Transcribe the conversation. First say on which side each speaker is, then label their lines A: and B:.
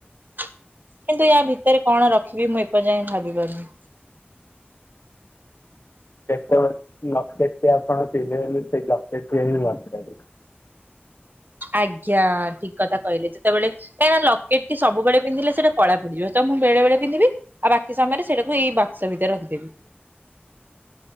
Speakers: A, on the right; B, on the left.
A: କିନ୍ତୁ ୟା ଭିତରେ କଣ ରଖିବି ମୁଁ ଏପର୍ଯୟ ଭାବି ପାରୁନି
B: ଲପଟେକ ଆପଣ ସେଥିଲେ ସେ ଲପଟେକ ଲପ
A: ଆଜ୍ଞା ଠିକ କଥା କହିଲେ ଯେତେବେଳେ। କାହିଁକନା ଲକେଟ ସୁେଳେ ପିଧିଲେ ସେଟ କଳା ପଡିଯିବ ତ ମୁଁ ବଳେ ପିନ୍ଧିବି ଆଉ ବାକି ସମୟରେ ସେଇଟାକୁ ଏଇ ବାକ୍ସ ଭିତରେ ରଖିଦେବି।